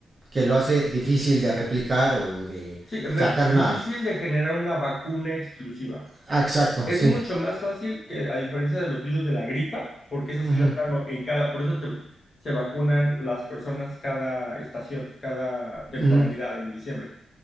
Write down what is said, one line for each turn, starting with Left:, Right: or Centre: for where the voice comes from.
Right: Que lo hace difícil de replicar o de
Left: Sí, ref-
Right: sacar
Left: difícil
Right: una...
Left: de generar una vacuna exclusiva.
Right: Ah, exacto,
Left: Es
Right: sí.
Left: mucho más fácil que, a diferencia de los virus de la gripa, porque eso sí
Right: Ujú,
Left: de plano, en cada, por eso te- se vacunan las personas cada estación, cada temporalidad
Right: ujú.
Left: en diciembre.